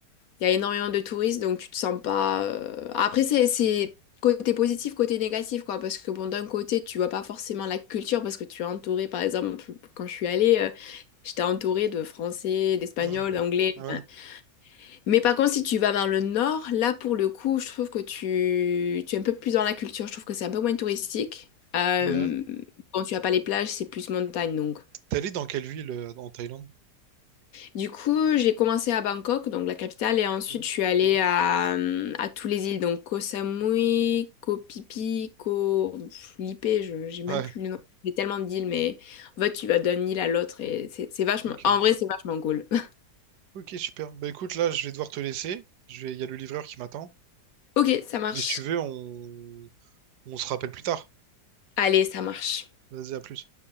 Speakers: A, on the left (about 65°); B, on the right (about 80°).
A: Il y a énormément de touristes, donc tu te sens pas. euh, Après, c'est, c'est côté positif, côté négatif, quoi. Parce que, bon, d'un côté, tu vois pas forcément la culture, parce que tu es entouré, par exemple, quand je suis allée, euh, j'étais entourée de Français, d'Espagnols,
B: Mhm.
A: d'Anglais.
B: Ouais,
A: enfin. Mais par contre, si tu vas vers le nord, là, pour le coup, je trouve que tu, tu es un peu plus dans la culture. Je trouve que c'est un peu moins touristique. Euh,
B: ouais.
A: Bon, tu as pas les plages, c'est plus montagne, donc.
B: T'es allé dans quelle ville euh, en Thaïlande?
A: Du coup, j'ai commencé à Bangkok, donc la capitale, et ensuite
B: Hmm.
A: je suis allée à, euh, à tous les îles, donc Koh Samui, Koh Phi Phi, Koh Lipe, je j'ai même
B: Ouais,
A: plus le nom. J'ai tellement d'îles, mais en fait, tu vas d'une île à l'autre et c'est c'est vachement.
B: ok.
A: En vrai, c'est vachement cool. <laughs>
B: Ok, super. Bah écoute, là, je vais devoir te laisser. Je vais... Il y a le livreur qui m'attend.
A: Ok, ça marche.
B: Mais si tu veux, on... on se rappelle plus tard.
A: Allez, ça marche.
B: Vas-y, à plus.